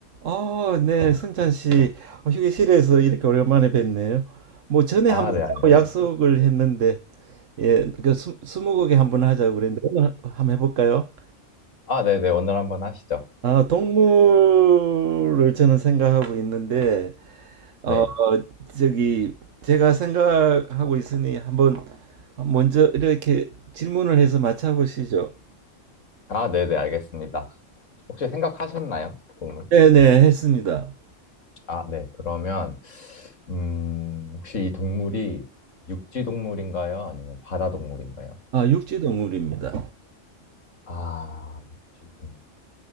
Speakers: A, on the right; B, on the left.
A: 아, 네, 성찬 씨, 어, 휴게실에서 이렇게 오랜만에 뵙네요. 뭐 전에
B: 아,
A: 한번
B: 네, 안녕하세요.
A: 짜고 약속을 했는데, 예, 그 스, 스무고개 한번 하자고 그랬는데 오늘 하- 한번 해볼까요?
B: 아, 네 네, 오늘 한번 하시죠.
A: 아, 동물을 저는 생각하고 있는데, 어,
B: 네.
A: 저기 제가 생각하고 있으니 한번 먼저 이렇게 질문을 해서 맞춰보시죠.
B: 아, 네 네, 알겠습니다. 혹시 생각하셨나요? 동물?
A: 네네, 했습니다.
B: 아, 네, 그러면, 음, 혹시 이 동물이 육지 동물인가요? 아니면 바다 동물인가요?
A: 아, 육지 동물입니다.
B: 아, 육지 동물.